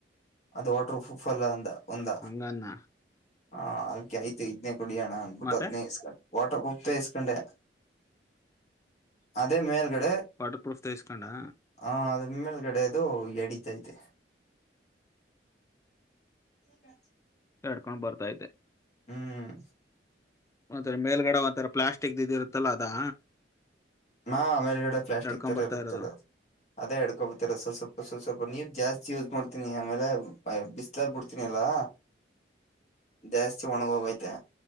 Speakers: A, on the left (about 40°); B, on the left (about 15°).
A: ಅದು ವಾಟರ್ ಪ್ರೂಫಲ್ಲ ಅಂದ ಒಂದ
B: ಹಂಗನ್ನ
A: ಹಾ ಅದ್ಕ ಆಯ್ತು ಇದದ್ೇ ಕುಡಿಯಣ ಅಂದ್ಬಿಟ್ಟು
B: ಮತ್ತೆ
A: ಅದ್ೇ ಇಸ್ಕೊಂಡು ವಾಟರ್ ಪ್ರೂಫ ಪ ಇಸ್ಕೊಂಡೆ ಅದೇ ಮೇಲ್ಗಡೆ
B: ವಾಟರ್ ಪ್ರೂಫ್ ತಸ್ಕೊಂಡಾ
A: ಹ ಅದಮ್ಮೇಲ್ಗಡೆ ಅದು ಎಡೀತೈತೆ ಹಲ್ಲ
B: ಕಡ್ಕೊಂಡ್ ಬರ್ತಾೈತೆ
A: ಹ್ಮ್
B: ಒಂಥರ ಮೇಲ್ಗಡೆ ಒಂಥರ ಪ್ಲಾಸ್ಟಿಕ್ ಇದಿ ಇರುತ್ತಲ್ಲ ಅದಾ
A: ನಾ ಆಮೇಲೆಗಡೆ ಪ್ಲಾಸ್ಟಿಕ್
B: ಎಡ್ಕೊಂಡ್
A: ತರ
B: ಬರ್ತಾ
A: ಇರುತ್ತಲ್ಲ
B: ಇರೋದು
A: ಅದು ಅದೇ ಹಡ್ಕೊಬತಿರಸವ ಸ್ವಲ್ಪ ಸ್ವ ಸ್ವಲ್ಪ ನೀರ್ ಜಾಸ್ತಿ ಯೂಸ್ ಮಾಡ್ತೀನಿ ಆಮೇಲೆ ಬಿಸ್ಲಾಲ್ ಬಿಡ್ತಿನನ ಅಲ್ಲಾ ಜಾಸ್ತಿ ಒಣಗೋಗೈ್ತೆ